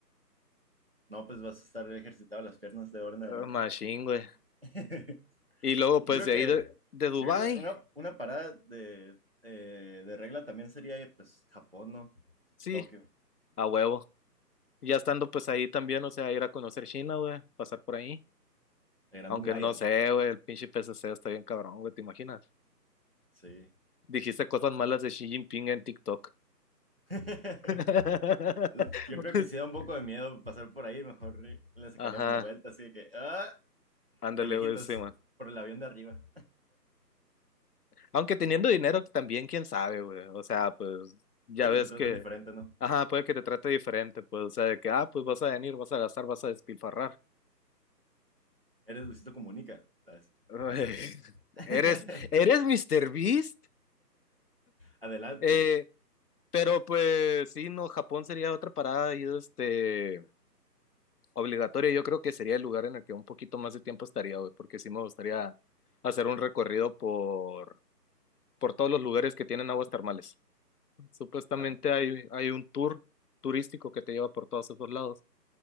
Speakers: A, on the right; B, on the left.
A: No, pues vas a estar ejercitado las piernas de ahora en adelante.
B: Ah, Machine, güey.
A: <laughs>
B: Y luego,
A: Yo
B: pues
A: creo
B: de
A: que,
B: ahí de, de Dubái,
A: yo creo que una, una parada de, eh, de regla también sería, eh, pues, Japón, ¿no?
B: sí,
A: Tokio,
B: a huevo. Ya estando pues ahí también, o sea, ir a conocer China, güey, pasar por ahí.
A: la Gran
B: Aunque
A: Muralla.
B: no sé, güey, el pinche PCC está bien cabrón, güey, ¿te imaginas?
A: Sí.
B: Dijiste cosas malas de Xi Jinping en TikTok.
A: <laughs>
B: <laughs>
A: Yo creo que si da un poco de miedo pasar por ahí, mejor le sacaríamos
B: Ajá,
A: la vuelta, así que, ah,
B: ándale,
A: de lejitos,
B: güey, sí, man.
A: por el avión de arriba.
B: Aunque teniendo dinero también, quién sabe, güey. O sea, pues
A: <laughs>
B: ya
A: Puede
B: ves
A: que te traten
B: que,
A: diferente, ¿no?
B: ajá, puede que te trate diferente, pues, o sea, de que, ah, pues vas a venir, vas a gastar, vas a despilfarrar.
A: Eres Luisito Comunica, ¿sabes? Pásale.
B: Ay, <laughs>
A: <laughs>
B: Eres, eres Mr. Beast,
A: Adelante.
B: eh, pero pues sí, no, Japón sería otra parada y este, obligatoria. Yo creo que sería el lugar en el que un poquito más de tiempo estaría, güey, porque sí me gustaría hacer un recorrido por, por todos los lugares que tienen aguas termales. Supuestamente
A: Claro.
B: hay, hay un tour turístico que te lleva por todos esos lados,